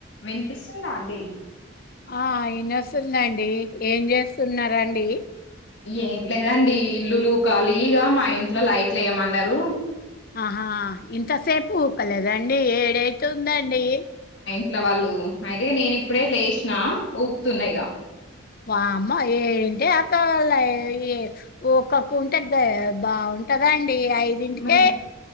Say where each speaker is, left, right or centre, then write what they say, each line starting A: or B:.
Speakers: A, on the left (about 65°); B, on the left (about 45°).
A: వినిపిస్తుందా అండి
B: ఆ ఇయనొస్తుందండి ఏం చేస్తున్నారండి
A: ఏం లేదండి ఇల్లులు ఖాళీగా మా ఇంట్లో లైట్లు వేయ్యమన్నారు
B: ఆహా ఇంత సేపు కలదండి ఏడైతు ఉందండి
A: ఇట్లా వాళ్ళు అయితేగా నేను ఇప్పుడే లేచినా ఊకుతున్నాయిగా
B: అమ్మ ఏంటిే అక్కళ ఏ ఒక్కక్క ఉంటే బాగుంటదా అండి ఐదింటికే
A: మరి